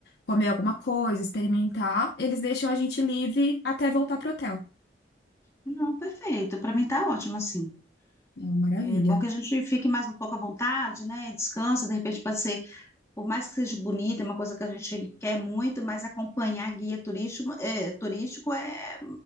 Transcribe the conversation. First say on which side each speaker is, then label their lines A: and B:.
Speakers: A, on the left; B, on the left.
A: comer alguma coisa, experimentar, eles deixam a gente livre até voltar pro hotel.
B: Não, perfeito. Para mim tá ótimo assim.
A: É uma maravilha.
B: É bom que a gente fique mais um pouco à vontade, né? Descansa, de repente pode ser, por mais que seja bonita, é uma coisa que a gente quer muito, mas acompanhar guia turístico, é, turístico é